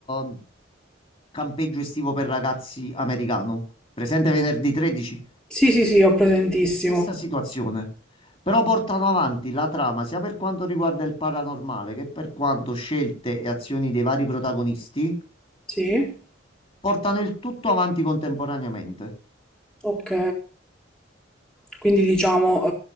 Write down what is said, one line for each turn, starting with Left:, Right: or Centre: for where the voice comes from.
Left: eh, campeggio estivo per ragazzi americano. Presente venerdì 13?
Centre: Sì, sì, sì, ho presentissimo.
Left: Stessa situazione. Però portano avanti la trama sia per quanto riguarda il paranormale che per quanto scelte e azioni dei vari protagonisti,
Centre: Sì,
Left: portano il tutto avanti contemporaneamente.
Centre: ok. Quindi diciamo,